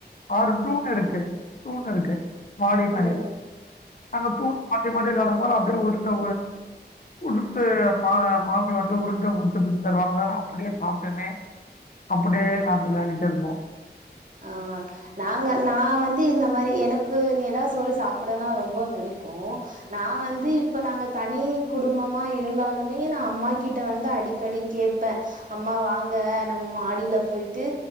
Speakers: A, on the left; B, on the right.
A: ஆறு தூண் இருக்கு தூண் இருக்கு மாடி பணி
B: ம்
A: அப்ரு மாட்டி மாட்டி விளாட போற அப்டியே ஒருந்த உடுத்து மா மாமி வந்து உருண்ட உருண்ட பிடிச்சி தருவாங்க அப்டியே சாப்ட்டனே அப்படியே நாங்க விளையாடிட்டேருப்போம்
B: ஆ நாங்க நா வந்து இந்த மாரி எனக்கு நிலா சோறு சாப்படனா ரொம்ப பிடிக்கூம் நா வந்து இப்ப நாங்க தனி குடும்பமா இருந்தாலுமே நா அம்மா கிட்ட வந்து அடிக்கடி கேப்ப அம்மா வாங்க நம்ம மாடியில போயிட்டு